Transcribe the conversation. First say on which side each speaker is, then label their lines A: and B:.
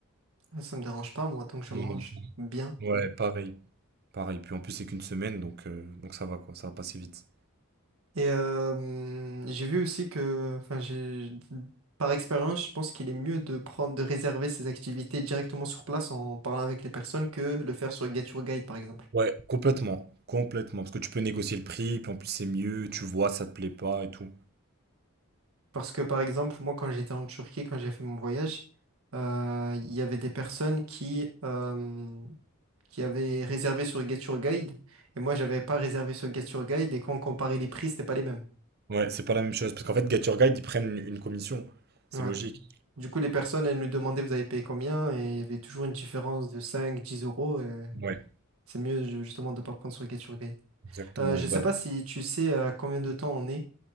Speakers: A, on the right; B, on the right.
A: Ça me dérange pas, moi, tant que je
B: Non,
A: mange
B: non.
A: bien.
B: Ouais, pareil, pareil. Puis en plus, c'est qu'une semaine, donc, euh, donc ça va, quoi, ça va passer vite.
A: Et euh, hum, j'ai vu aussi que, enfin, j'ai, par expérience, je pense qu'il est mieux de prendre, de réserver ses activités directement sur place en parlant avec les personnes que le faire sur Get Your Guide, par exemple.
B: Ouais, complètement, complètement. Parce que tu peux négocier le prix, puis en plus, c'est mieux, tu vois, ça te plaît pas et tout.
A: Parce que, par exemple, moi, quand j'étais en Turquie, quand j'ai fait mon voyage, euh, il y avait des personnes qui, euh, qui avaient réservé sur Get Your Guide, et moi, j'avais pas réservé sur Get Your Guide, et quand on comparait les prix, c'était pas les mêmes.
B: Ouais, c'est pas la même chose. Parce qu'en fait, Get Your Guide, ils prennent une commission. C'est
A: Ouais.
B: logique.
A: Du coup, les personnes, elles nous demandaient vous avez payé combien et il y avait toujours une différence de 5, 10 euros. et
B: Ouais,
A: C'est mieux ju- justement de ne pas prendre sur Get Your Guide.
B: exactement.
A: Euh, je
B: Ben,
A: sais pas si tu sais à combien de temps on est